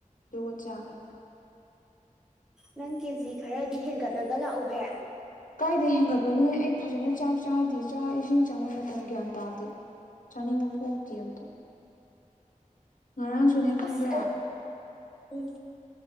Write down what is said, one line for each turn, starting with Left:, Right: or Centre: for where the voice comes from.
Left: ꯑꯗꯨꯒ ꯆꯥꯔꯦ
Centre: ꯅꯪ ꯀꯦꯖꯤ ꯈꯔꯗꯤ ꯍꯦꯟꯒꯠꯂꯒ ꯂꯥꯛꯎꯍꯦ
Left: ꯀꯥꯏꯗ ꯍꯦꯟꯒꯠꯄꯅꯣ ꯑꯩ ꯐꯖꯅ ꯆꯥꯛ ꯆꯥꯗꯦ ꯆꯥꯛ ꯏꯁꯤꯡ ꯆꯥꯕ ꯃꯇꯝ ꯒ꯭ꯌꯥꯟ ꯇꯥꯗꯦ ꯆꯅꯤꯡꯕꯨꯇ ꯑꯇ ꯉꯔꯥꯡꯁꯨꯅꯦ ꯈꯪꯕ꯭ꯔꯥ
Centre: ꯑꯁ ꯑꯩ ꯎꯝ